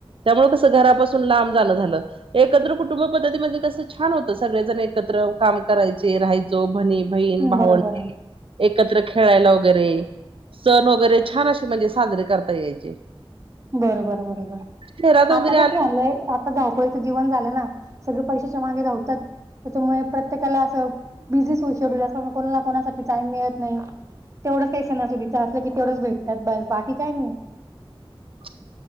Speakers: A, on the right (about 65°); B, on the right (about 30°).
A: त्यामुळे कसं घरापासून लांब जाणं झालं. एकत्र कुटुंब पद्धतीमध्ये कसं छान होतं सगळेजण एकत्र काम करायचे राहायचो भणी बहीण
B: बरोबर
A: भावंडे एकत्र खेळायला वगैरे सण वगैरे छान असे म्हणजे साजरे करता यायचे.
B: बरोबर बरोबर
A: शहरात वगैरे
B: आता
A: आले
B: कस झालंय आता आता धावपळीचं जीवन झालं ना सगळे पैशाच्या मागे धावतात त्याच्यामुळे प्रत्येकाला असं बिझीस हो शेड्यूल अस कोणाला कोणासाठी टाईम मिळत नाही. तेवढेच काही सणासुदीचा असलं की की तेवढेच भेटतात बस बाकी काही नाही.
A: <unintelligible>